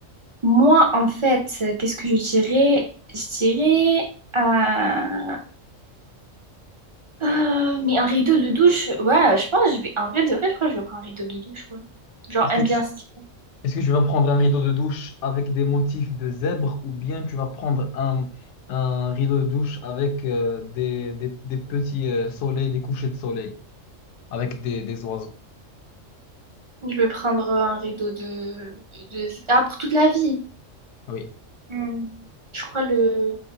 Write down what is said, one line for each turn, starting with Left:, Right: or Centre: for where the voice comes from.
Right: Moi, en fait, euh, qu'est-ce que je dirais? Je dirais. euh, euh, mais un rideau de douche, ouais, je pense que je vais. En vrai, de vrai, je crois que je vais prendre un rideau de douche, ouais. Genre,
Left: Est-ce
Right: un
Left: que tu,
Right: bien stylé.
Left: Est-ce que tu vas prendre un rideau de douche avec des motifs de zèbre ou bien tu vas prendre un, un rideau de douche avec euh, des, des- des petits euh, soleils, des couchers de soleil, avec des, des oiseaux?
Right: Je vais prendre un rideau de, de... Ah, pour toute la vie.
Left: Oui.
Right: Hmm. Je crois le.